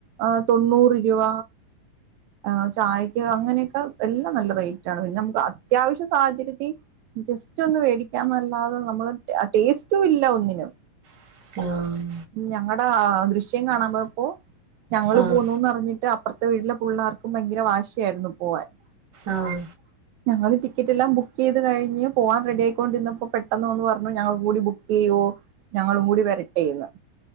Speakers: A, on the right; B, on the right.
A: ആഹ് തൊണ്ണൂറ് രൂവ ആ ചായക്ക് അങ്ങനെയൊക്കെ എല്ലാം നല്ല റേറ്റ് ആണ് പിന്നെ നമുക്ക് അത്യാവശ്യ സാഹചര്യത്തി ജസ്റ്റ് ഒന്ന് വേടിക്കാന്നല്ലാതെ നമ്മള് ആ ടേസ്റ്റും ഇല്ല ഒന്നിനും
B: ആഹ്
A: ഞങ്ങടെ ദൃശ്യം കാണാൻ പോയപ്പോ ഞങ്ങൾ
B: ആഹ്
A: പോന്നുന്ന് അറിഞ്ഞിട്ട് അ അപ്പറത്തെ വീട്ടിലെ പുള്ളാർക്കും ഭയങ്കര വാശിയായിരുന്നു പോവാൻ
B: ആഹ്
A: ഞങ്ങള് ടിക്കറ്റ് എല്ലാം ബുക്ക് ചെയ്ത് കഴിഞ്ഞ് പോവാൻ റെഡി ആയിക്കൊണ്ടിന്നപ്പോ പെട്ടെന്ന് വന്ന് പറഞ്ഞു ഞങ്ങൾക്കുടി ബുക്ക് ചെയ്യുവോ ഞങ്ങളും കൂടി വരട്ടേന്ന്